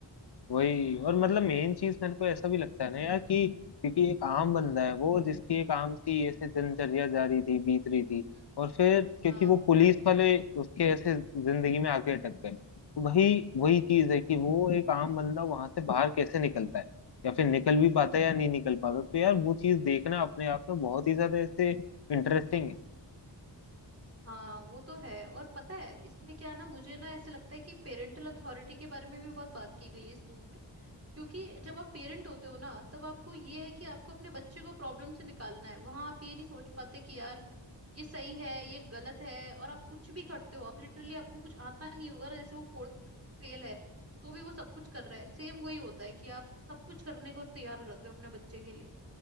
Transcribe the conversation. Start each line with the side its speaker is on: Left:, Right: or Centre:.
Left: वही और मतलब मेन चीज मेरे को ऐसा भी लगता है ना यार कि क्योंकि एक आम बंदा
Right: हम्म
Left: है वो जिसकी एक आम सी ऐसे दिनचर्या जारी थी बीत रही थी
Right: हम्म हम्म
Left: और फिर
Right: हम्म।
Left: क्योंकि
Right: हाँ
Left: वो पुलिस वाले उसके ऐसे जिंदगी में आके अटक गए तो वही वही चीज है कि वो एक आम बंदा वहां से बाहर कैसे निकलता है या फिर निकल भी पाता है या नहीं निकल पाता तो यार वो चीज देखना अपने आप में बहुत ही ज्यादा ऐसे इंटरेस्टिंग है
Right: हाँ वो तो है और पता है इसमें क्या ना मुझे ना ऐसे लगता है कि पेरेंटल अथॉरिटी के बारे में भी बहुत बात की गई है इस मूवी में क्योंकि जब आप पेरेंट होते हो ना तब आपको ये है कि आपको अपने बच्चे को प्रॉब्लम से निकालना है वहां आप ये नहीं सोच पाते कि यार ये सही है ये गलत है और आप कुछ भी करते हो आप लिटरली आपको कुछ आता नहीं होगा ना जैसे वो फोर्थ फेल है तो भी वो सब कुछ कर रहा है सेम वही होता है कि आप सब कुछ करने को तैयार हो जाते हो अपने बच्चे के लिए